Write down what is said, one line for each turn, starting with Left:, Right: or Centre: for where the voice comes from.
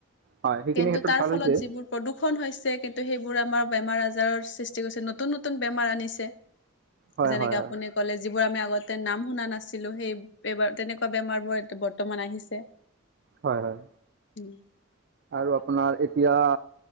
Right: হয় সেইখিনি
Left: কিন্তু,
Right: ক্ষেত্ৰত
Left: তাৰ
Right: ভাল
Left: ফলত
Right: হৈছে
Left: যিবোৰ প্ৰদূষণ হৈছে কিন্তু, সেইবোৰ আমাৰ বেমাৰ আজাৰৰ সৃষ্টি কৰিছে। নতুন নতুন বেমাৰ আনিছে।
Right: হয়
Left: যেনেকে
Right: হয়
Left: আপুনি
Right: হয়
Left: ক'লে যি বোৰ আমি আগতে নাম শুনা নাছিলো সেই বোৰ তেনেকুৱা বেমাৰ বোৰ বৰ্তমান আহিছে। <inaudible>
Right: হয়, হয়।
Left: উম।
Right: আৰু আপোনাৰ এতিয়া